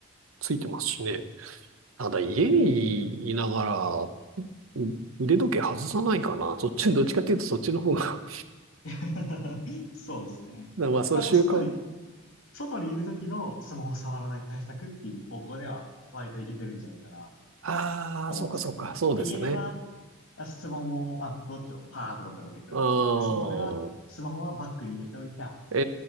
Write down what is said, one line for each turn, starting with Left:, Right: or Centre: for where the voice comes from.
Right: ついてますしね。ただ、家にいながら、
Left: でも、
Right: う腕時計外さないかな。そっち、どっちかっていうとそっちの方が <laughs> だか
Left: <laughs> そうですね。
Right: ら <laughs> まあ、それ習慣。
Left: まあ、でも外に、外にいる時のスマホ触らない対策っていう方向では、割といけてるんじゃないかなっ
Right: ああ、
Left: て思うんですけどね。
Right: そうかそうか。そうですね。
Left: 家では、まあ質問を、アップウォッチをパーってどっかどけておいて、
Right: ああ、
Left: で、外では、スマホはバッグに入れておいて、あ
Right: え